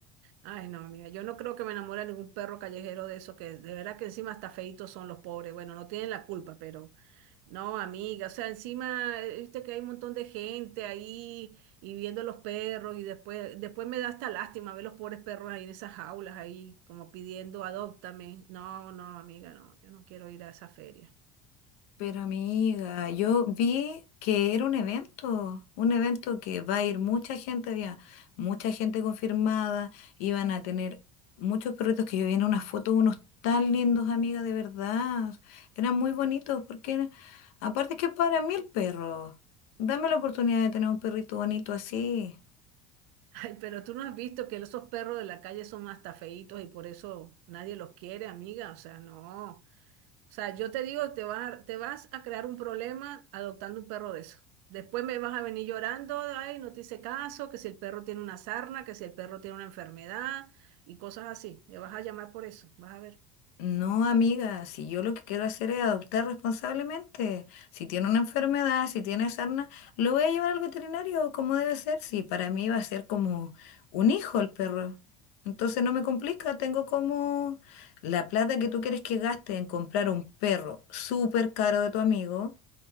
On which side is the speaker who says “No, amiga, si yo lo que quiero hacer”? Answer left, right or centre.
Left